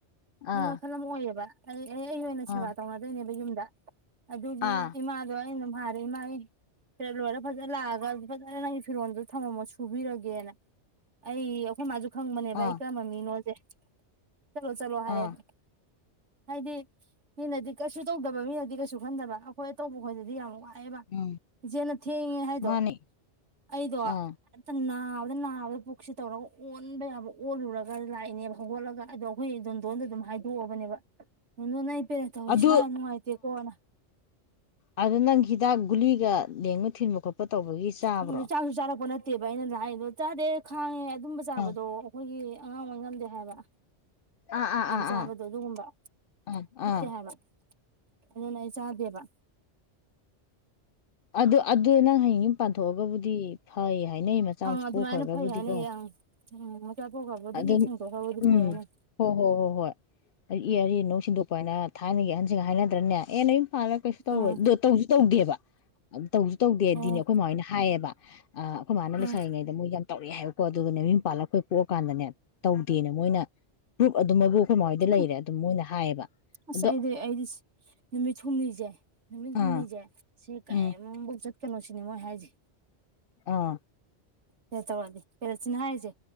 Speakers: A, on the right; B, on the left.
A: ꯑꯩ
B: ꯑꯥ
A: ꯋꯥꯈꯜ ꯑꯃ ꯑꯣꯏꯌꯦꯕ ꯑꯩ ꯑꯦ ꯑꯩ ꯑꯣꯏꯅ
B: ꯑꯥ
A: ꯁꯦꯕꯥ ꯇꯧꯅꯗꯣꯏꯅꯦꯕ ꯌꯨꯝꯗ ꯑ ꯑꯗꯨꯒꯤ
B: ꯑꯥ
A: ꯏꯃꯥ ꯑꯗꯨ ꯃꯥꯔꯦ ꯏꯃꯥꯥꯏ ꯐꯔ ꯂꯣꯏꯔ ꯐꯖꯅ ꯂꯥꯛꯑꯒ ꯐꯖꯅ ꯅꯪꯒꯤ ꯐꯤꯔꯣꯟꯗꯨ ꯊꯝꯃꯝꯃꯣ ꯁꯨꯕꯤꯔꯒꯦꯅ ꯑꯩ ꯑꯩꯈꯣꯏ ꯃꯥꯁꯨ ꯈꯪꯕꯅꯦꯕ
B: ꯑꯥ
A: ꯑꯩ ꯀꯔꯝꯕ ꯃꯤꯅꯣꯁꯦ ꯆꯠꯂꯣ ꯆꯠꯂꯣ ꯃꯥꯔꯦꯅꯦ
B: ꯑꯥ
A: <unintelligible> <inaudible> ꯍꯥꯏꯗꯤ ꯃꯤꯅꯗꯤ ꯀꯩꯁꯨ ꯇꯧꯗꯕ ꯃꯤꯅꯗꯤ ꯀꯩꯁꯨ ꯈꯟꯗꯕ ꯑꯩꯈꯣꯏ ꯑꯇꯧꯕ ꯈꯣꯏꯗꯗꯤ ꯌꯥꯝ ꯋꯥꯏ ꯍꯥꯏꯕ
B: ꯎꯝ
A: ꯏꯆꯦꯅ ꯊꯦꯡꯉꯦ ꯍꯥꯏꯗꯣ
B: ꯃꯥꯅꯤ
A: ꯑꯩꯗꯣ
B: ꯑꯥ
A: ꯍꯦꯛꯇ ꯅꯥ ꯅꯥꯕꯗ ꯅꯥꯕꯗ ꯄꯨꯛꯁꯤ ꯇꯧꯔꯒ ꯑꯣꯟꯕ ꯌꯥꯕ ꯑꯣꯜꯂꯨꯔꯒ ꯂꯥꯛꯏꯅꯦꯕ ꯍꯧꯒꯠꯂꯒ ꯑꯗꯣ ꯑꯩꯈꯣꯏꯝ ꯗꯣꯟꯗ ꯑꯗꯨꯝ ꯍꯥꯏꯗꯣꯛꯑꯕꯅꯦꯕ ꯗꯣꯟꯗꯣꯟ ꯑꯩ ꯄꯦꯔꯗ ꯇꯧꯋꯦ
B: ꯑꯗꯨ
A: ꯏꯁꯥ ꯌꯥꯝ ꯅꯨꯡꯉꯥꯏꯇꯦꯀꯣꯅ
B: ꯑꯗꯨꯗ ꯅꯪ ꯍꯤꯗꯥꯛ ꯒꯨꯂꯤꯒ ꯂꯦꯡꯕ ꯊꯤꯟꯕ ꯈꯣꯠꯄ ꯇꯧꯕꯒꯤ ꯆꯥꯕ꯭ꯔꯣ
A: ꯎꯝ ꯆꯥꯛꯁꯨ ꯆꯥꯔꯛꯄ ꯅꯠꯇꯦ ꯅꯠꯇꯦꯕ ꯑꯩꯅꯖꯨ ꯍꯥꯏꯔꯤꯗꯣ ꯆꯥꯗꯦ ꯈꯥꯡꯉꯦ ꯑꯗꯨꯝꯕ ꯆꯥꯕꯗꯣ
B: ꯑꯥ
A: ꯑꯩꯈꯣꯏꯒꯤ ꯑꯉꯥꯡ ꯑꯣꯏ ꯉꯝꯗꯦ ꯍꯥꯏꯕ
B: ꯑꯥ ꯑꯥ
A: ꯌꯥꯝ ꯆꯥꯕꯗꯣ
B: ꯑꯥ
A: ꯑꯗꯨꯒꯨꯝꯕ
B: ꯑꯥ ꯑꯥ
A: ꯐꯠꯇꯦ
B: ꯑꯥ
A: ꯍꯥꯏꯕ ꯑꯗꯨꯅ ꯑꯩ ꯆꯥꯗꯦꯕ
B: ꯑꯗꯨ ꯑꯗ ꯑꯗꯨ ꯅꯪ ꯍꯌꯦꯡ ꯌꯨꯝ ꯄꯥꯟꯊꯣꯛꯑꯒꯕꯨꯗꯤ ꯐꯩ ꯍꯥꯏꯅꯩ ꯃꯆꯥ
A: ꯑꯪ
B: ꯃꯁꯨ
A: ꯑꯗꯨꯃꯥꯏꯅ
B: ꯄꯣꯛꯈ꯭ꯔꯒꯕꯨꯗꯤꯀꯣ
A: ꯐꯩ ꯍꯥꯏꯅꯩ ꯑꯪ ꯎꯝ ꯄꯣꯛꯈ꯭ꯔꯕꯨꯗꯤ
B: ꯑꯗꯨꯝ
A: ꯏ ꯁꯦꯡꯇꯣꯛꯈ꯭ꯔꯕꯨꯗꯤ
B: ꯎꯝ
A: ꯐꯩ ꯍꯥꯏꯅꯩ
B: ꯍꯣ ꯍꯣꯏ ꯍꯣꯏ ꯍꯣꯏ ꯏ ꯑꯔꯤ ꯑꯅꯧ ꯁꯤꯟꯗꯣꯛ ꯑꯩꯣꯏꯅ ꯊꯥꯏꯅꯒꯤ ꯑꯍꯟꯁꯤꯡꯒ ꯍꯥꯏꯅꯗ꯭ꯔꯅꯦ ꯑꯦ ꯅꯌꯨꯝ ꯄꯥꯜꯂꯒ ꯀꯩꯁꯨ ꯇꯧꯔꯣꯏ
A: ꯑꯪ
B: ꯗꯣ ꯇꯧꯁꯨ ꯇꯧꯗꯦꯕ ꯑꯗꯨ <unintelligible> ꯇꯧꯁꯨ ꯇꯧꯗꯦꯗꯤꯅꯦ
A: ꯑꯣ
B: ꯑꯩꯈꯣꯏ ꯃꯃꯣꯏꯅ ꯍꯥꯏꯌꯦꯕ ꯑꯝ ꯑꯩꯈꯣꯏ ꯏꯃꯥꯍꯣꯏ
A: ꯑꯪ
B: ꯂꯩꯁꯥꯔꯤꯉꯩꯗ ꯃꯣꯏ ꯌꯥꯝ ꯇꯧꯔꯛꯏ ꯍꯥꯏꯕꯀꯣ ꯑꯗꯨꯒ ꯌꯨꯝ ꯄꯥꯜꯂ ꯑꯩꯈꯣꯏ ꯄꯣꯛ ꯀꯥꯟꯗꯅꯦ ꯇꯧꯗꯦꯅ ꯃꯣꯏꯅ ꯄ꯭ꯔꯨꯞ ꯑꯗꯨꯝ ꯃꯣꯏꯕꯨ ꯑꯩꯈꯣꯏ ꯃꯥ ꯍꯣꯏꯗ
A: ꯎ
B: ꯂꯩꯔꯦ ꯑꯗꯨꯝ ꯃꯣꯏꯅ ꯍꯥꯏꯌꯦꯕ
A: ꯑꯁ
B: ꯑꯗꯣ
A: ꯑꯩꯗꯤ ꯑꯩꯗꯤ ꯅꯨꯃꯤꯠ ꯍꯨꯝꯅꯤꯁꯦ ꯅꯨꯃꯤꯠ
B: ꯑꯥ
A: ꯍꯨꯝꯅꯤꯁꯦ ꯁꯤ ꯀꯩꯌꯤꯝꯐꯧ
B: ꯎꯝ
A: ꯆꯠ ꯀꯅꯣꯁꯤꯅꯦ ꯃꯣꯏ ꯍꯥꯏꯁꯦ
B: ꯑꯥ
A: ꯄꯦꯔꯗ ꯇꯧꯔꯗꯤ ꯄꯦꯔꯗꯁꯤꯅ ꯍꯥꯏꯁꯦ